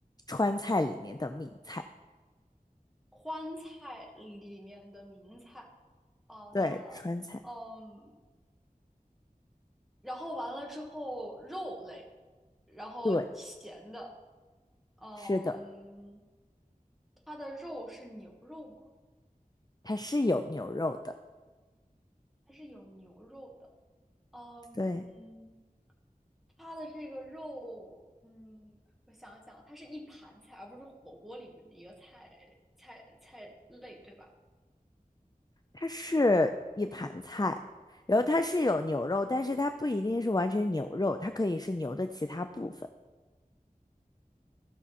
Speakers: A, on the left; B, in the centre.
A: 川菜里面的名菜。
B: 川菜里面的名菜，哦，
A: 对，
B: 那嗯。
A: 川菜。
B: 然后完了之后肉类，然后咸的，
A: 对，
B: 嗯，
A: 是的，
B: 它的肉是牛肉吗？
A: 它是有牛肉的。
B: 它是有牛肉的，嗯，
A: 对，
B: 它的这个肉，嗯，我想一想，它是一盘菜，而不是火锅里面的一个菜菜菜类，对吧？
A: 它是一盘菜，然后它是有牛肉，但是它不一定是完全牛肉，它可以是牛的其他部分。